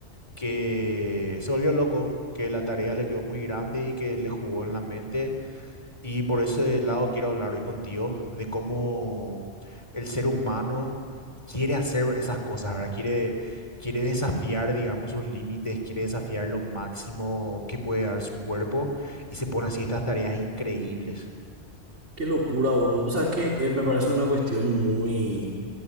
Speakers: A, on the left; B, on the right.
A: que se volvió loco, que la tarea le quedó muy grande y que le jugó en la mente. Y por ese lado quiero hablar hoy contigo de cómo el ser humano quiere hacer esas cosas, ¿verdad? Quiere, quiere desafiar, digamos, sus límites, quiere desafiar lo máximo que puede dar su cuerpo y se pone así estas tareas increíbles.
B: Qué locura, bro. O sea, es que eh, me parece una cuestión muy,